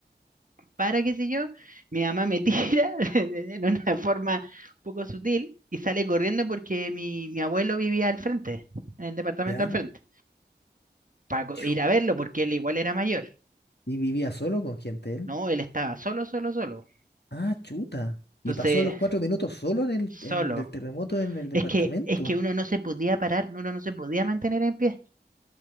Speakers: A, on the right (about 50°); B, on the left (about 70°).
A: para qué sé yo, mi mamá me tira <laughs> en una forma un poco sutil y sale corriendo porque mi, mi abuelo vivía al frente, en el departamento
B: ¿Ya?
A: al frente, para co-
B: Chu.
A: ir a verlo porque él igual era mayor,
B: ¿Y vivía solo con gente él?
A: ¿no? Él estaba solo, solo, solo.
B: Ah, chuta.
A: Entonces,
B: ¿Y pasó los cuatro minutos solo en el
A: solo.
B: en, del terremoto en el departamento?
A: Es que, es que uno no se podía parar, uno no se podía mantener en pie.